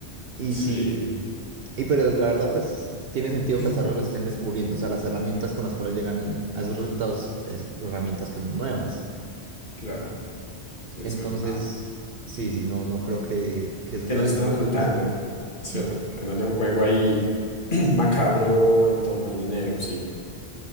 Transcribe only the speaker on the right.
Y
sí, y pero la verdad, pues tiene sentido
que hasta ahora lo estén descubriendo. O sea, las herramientas con las cuales llegan en- a esos resultados es herramientas que son nuevas.
Entonces,
sí, sí, no, no creo que, que eso
se
haya
podido
como es.
Epa.